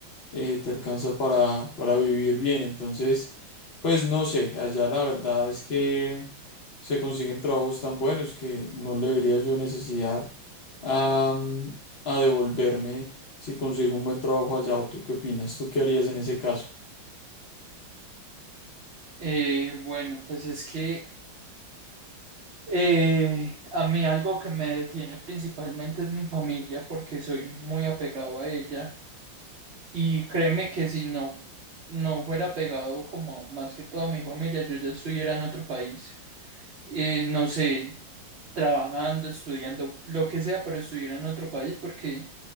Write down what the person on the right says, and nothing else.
Eh, bueno, pues es que eh, a mí algo que me detiene principalmente es mi familia porque soy muy apegado a ella y créeme que si no, no fuera pegado como más que toda mi familia, yo ya estuviera en otro país. eh, no sé, trabajando, estudiando, lo que sea, pero estudiar en otro país, porque